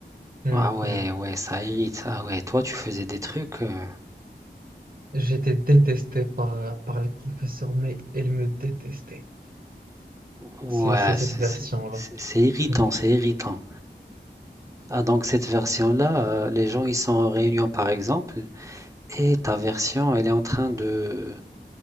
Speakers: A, on the right (about 55°); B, on the right (about 15°).
A: Hum,
B: Ah ouais,
A: hum.
B: ouais, ça irrite. Ah ouais, toi, tu faisais des trucs. euh,
A: J'étais détesté par, par les professeurs, mais elles me détestaient.
B: Ouais,
A: C'est c'est cette
B: c'est
A: version-là.
B: c'est- c'est- c'est irritant,
A: <laughs>
B: c'est irritant. Ah, donc, cette version-là, euh, les gens, ils sont en réunion, par exemple, et ta version, elle est en train de,